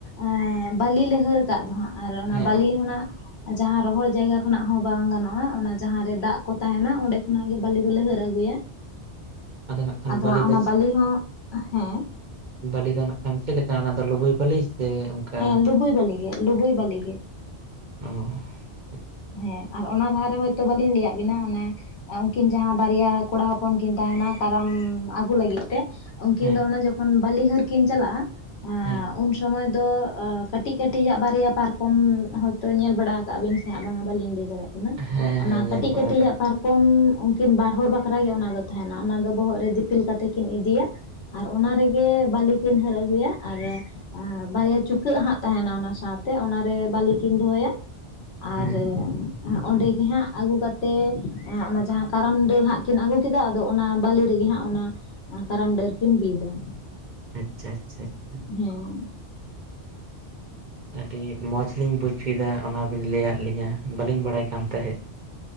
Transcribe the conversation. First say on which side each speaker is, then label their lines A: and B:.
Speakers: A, on the left; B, on the right.
A: ᱮ ᱵᱟᱞᱤ ᱞᱦᱟᱹᱨ ᱟᱠᱟᱫ ᱫᱚ ᱦᱟᱸᱜ ᱟᱨ ᱚᱱᱟ
B: ᱦᱮᱸ
A: ᱵᱟᱞᱤ ᱦᱚᱸᱱᱟᱜ ᱡᱟᱦᱟᱸ ᱨᱚᱦᱚᱲ ᱡᱟᱭᱜᱟ ᱠᱷᱚᱱᱟᱜ ᱦᱚᱸ ᱵᱟᱝ ᱜᱟᱱᱚᱜᱼᱟ ᱚᱱᱟ ᱡᱟᱦᱟᱸ ᱨᱮ ᱫᱟᱜ ᱠᱚ ᱛᱟᱦᱮᱱᱟ ᱚᱸᱰᱮ ᱠᱷᱚᱱᱟᱜ ᱜᱮ ᱵᱟᱹᱞᱤ ᱫᱚᱞᱮ ᱦᱟᱹᱨ ᱟᱹᱜᱩᱭᱟ ᱾
B: <unintelligible> ᱠᱷᱟᱱ
A: ᱟᱫᱚ
B: ᱵᱟᱹᱞᱤ
A: ᱦᱟᱸᱜ ᱚᱱᱟ
B: ᱫᱚ
A: ᱵᱟᱞᱤ ᱦᱚᱸ ᱦᱮᱸ,
B: ᱵᱟᱹᱞᱤ ᱫᱚ ᱱᱟᱜ ᱠᱷᱟᱱ ᱪᱮᱫ ᱞᱮᱠᱟ ᱚᱱᱟ ᱫᱚ ᱞᱵᱩᱭ ᱵᱟᱹᱞᱤ ᱥᱮ? ᱚᱱᱠᱟ
A: ᱦᱮᱸ ᱞᱩᱵᱩᱭ ᱵᱟᱞᱤ ᱜᱮ ᱞᱩᱵᱩᱭ ᱵᱟᱞᱤ ᱜᱮ ᱾
B: ᱚ ᱟᱪᱪᱷᱟ
A: ᱦᱮᱸ ᱟᱨ ᱚᱱᱟ ᱞᱟᱦᱟᱨᱮ ᱦᱚᱳᱭᱛᱳ ᱵᱟᱞᱤᱧ ᱞᱟᱹᱭᱟ ᱵᱤᱱᱟ ᱚᱱᱮ ᱩᱱᱠᱤᱱ ᱡᱟᱦᱟᱸ ᱵᱟᱨᱭᱟ ᱠᱚᱲᱟ ᱦᱚᱯᱚᱱ ᱠᱤᱱ ᱛᱟᱦᱮᱱᱟ ᱠᱟᱨᱟᱢ ᱟᱹᱜᱩ ᱞᱟᱹᱜᱤᱫ ᱛᱮ, ᱩᱱᱠᱤᱱ
B: ᱦᱮᱸ
A: ᱫᱚ ᱚᱱᱮ ᱡᱚᱠᱷᱚᱱ ᱵᱞᱤᱦᱟᱹᱨ ᱠᱤᱱ ᱪᱟᱞᱟᱜᱼᱟ
B: ᱦᱮᱸ
A: ᱩᱱᱚ ᱥᱚᱢᱚᱭ ᱫᱚ ᱠᱟᱹᱴᱤᱡ ᱠᱟᱹᱴᱤᱡᱟᱜ ᱵᱟᱨᱭᱟ ᱯᱟᱨᱠᱚᱢ ᱦᱚᱭᱛᱚ ᱧᱮᱞ ᱵᱟᱲᱟ ᱟᱠᱟᱟᱜ ᱵᱤᱱ ᱥᱮ ᱵᱟᱝᱟ ᱵᱟᱞᱤᱧ ᱞᱟᱹᱭ ᱫᱟᱲᱮᱭᱟᱜ ᱠᱟᱱᱟ
B: ᱦᱮᱸ
A: ᱚᱱᱟ
B: ᱦᱮᱸ ᱧᱮᱞ
A: ᱠᱟᱹᱴᱤᱡ
B: ᱵᱟᱲᱟ
A: ᱠᱟᱹᱴᱤᱡᱟᱜ
B: ᱠᱟᱜ
A: ᱯᱟᱨᱠ ᱠᱚᱢ ᱩᱱᱠᱤᱱ ᱵᱟᱨ ᱦᱚᱲ ᱵᱟᱠᱷᱨᱟ ᱜᱮ ᱚᱱᱟ ᱫᱚ ᱛᱟᱦᱮᱱᱟ ᱚᱱᱟ ᱫᱚ ᱵᱚᱦᱚᱜ ᱨᱮ ᱫᱤᱯᱤᱞ ᱠᱟᱛᱮ ᱠᱤᱱ ᱤᱫᱤᱭᱟ ᱾ ᱟᱨ ᱚᱱᱟ ᱨᱮᱜᱮ ᱵᱟᱞᱤ ᱠᱤᱱ ᱦᱟᱹᱨ ᱟᱹᱜᱩᱭᱟ ᱟᱨ ᱵᱟᱨᱭᱟ ᱪᱩᱠᱟᱹᱜ ᱦᱟᱸᱜ ᱛᱟᱦᱮᱱᱟ ᱚᱱᱟ ᱥᱟᱶᱛᱮ ᱚᱱᱟᱨᱮ ᱵᱟᱹᱞᱤᱠᱤᱱ ᱫᱚᱦᱚᱭᱟ ᱾
B: ᱦᱮᱸ
A: ᱟᱨ ᱚᱸᱰᱮᱜᱮ ᱦᱟᱸᱜ ᱟᱹᱜᱩ ᱠᱟᱛᱮᱜ ᱚᱱᱟ ᱡᱟᱦᱟᱸ ᱠᱟᱨᱚᱱ ᱰᱤ ᱦᱟᱸᱜ ᱠᱤᱱ ᱟᱹᱜᱩ ᱠᱮᱫᱟ ᱟᱫᱚ ᱚᱱᱟ ᱵᱟᱹᱞᱤ ᱨᱮᱜᱮ ᱦᱟᱸᱜ, ᱚᱱᱟ ᱠᱟᱨᱟᱢ ᱰᱟᱹᱨ ᱠᱤᱱ ᱵᱤᱫᱟ ᱾
B: ᱟᱪᱪᱷᱟ ᱟᱪᱷᱟ ᱾
A: ᱦᱩᱸ
B: ᱟᱹᱰᱤ ᱢᱚᱡᱽᱞᱤᱧ ᱵᱩᱡᱽ ᱠᱮᱫᱟ ᱚᱱᱟᱵᱤᱱ ᱞᱟᱹᱭᱟᱜ ᱞᱤᱧᱟᱹ ᱵᱟᱹᱞᱤᱧ ᱵᱟᱲᱟᱭ ᱠᱟᱱ ᱛᱟᱦᱮᱸᱫ ᱾